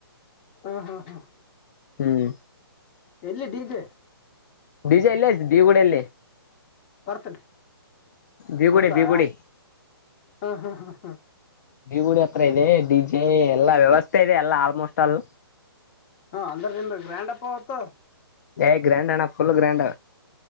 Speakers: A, on the left (about 30°); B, on the left (about 45°).
A: ಹ್ಮ್ ಹ್ಮ್ ಹ್ಮ್
B: ಹ್ಮ್
A: ಎಲ್ಲಿ ಡಿಜೆ
B: ಡಿಜೆ ಇಲ್ಲೇ ಬೀಗುಡಿಯಲ್ಲಿ
A: ಬರ್ತನನೆ
B: ಬೀಗುಡಿ
A: ಹೌದಾ
B: ಬೀಗುಡಿ
A: ಹಾ ಹಾ ಹಾ
B: ಗುಡಿ ಹತ್ರ ಇದೆ ಡಿಜೆ ಎಲ್ಲಾ ವ್ಯವಸ್ಥೆ ಇದೆ ಎಲ್ಲ ಆಲ್ಮೋಸ್ಟ್ ಅಲ್
A: ಹಾ ಅಂದ್ರ ನಿಮ ಗ್ರ್ಯಾಂಡ್ ಅಪ್ಪ ಅವತ್ತು
B: ಏ ಗ್ರ್ಯಾಂಡ್ ಅಣ್ಣ ಫುಲ್ ಗ್ರ್ಯಾಂಡ